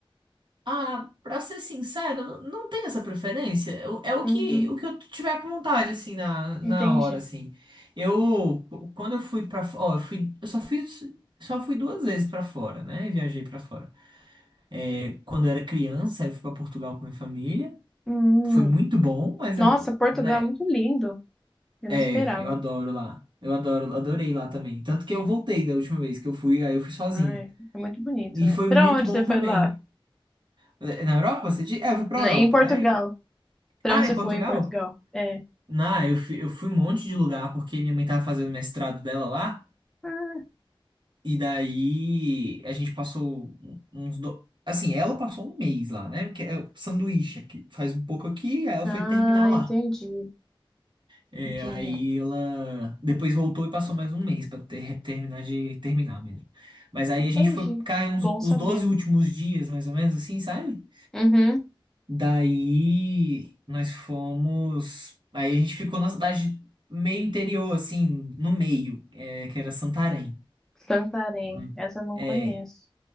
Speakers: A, on the right; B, in the centre.
A: Ah, pra ser sincero, eu não não tenho essa preferência. Eu- É o
B: Uhum,
A: que, o que eu tiver com vontade, assim, na, na
B: entendi.
A: hora, assim. Eu, quando eu fui pra fora, ó, eu fui, eu só fiz, só fui duas vezes pra fora, né? Viajei pra fora. É, quando eu era criança, eu fui pra Portugal com minha família.
B: Hum,
A: Foi muito bom, mas
B: nossa,
A: eu,
B: Portugal
A: né?
B: é muito lindo. Eu
A: É,
B: não esperava.
A: eu adoro lá. Eu adoro, adorei lá também. Tanto que eu voltei da última vez que eu fui, aí eu fui sozinho.
B: Ai, é muito bonito,
A: E
B: né?
A: foi
B: Pra
A: muito
B: onde
A: bom
B: você foi
A: também.
B: lá?
A: Na Europa, você diz? É, eu fui pra
B: Na-
A: Europa,
B: Em Portugal.
A: né?
B: Pra
A: Ah,
B: onde
A: em
B: você
A: Portugal?
B: foi em Portugal? É.
A: Na, eu fui, eu fui um monte de lugar porque minha mãe tava fazendo mestrado dela lá,
B: Ah,
A: e daí a gente passou um- uns do... Assim, ela passou um mês lá, né? Porque é o sanduíche aqui, faz um pouco aqui, aí ela
B: ah,
A: foi terminar lá.
B: entendi.
A: É,
B: Entendi.
A: aí ela depois voltou e passou mais um mês pra ter- terminar de terminar mesmo. Mas aí
B: Entendi.
A: a gente foi ficar uns,
B: Bom
A: os
B: saber.
A: 12 últimos dias, mais ou menos assim, sabe?
B: Uhum.
A: Daí nós fomos. Aí a gente ficou na cidade meio interior, assim, no meio, é, que era Santarém.
B: Santarém.
A: né?
B: Essa eu não
A: É.
B: conheço.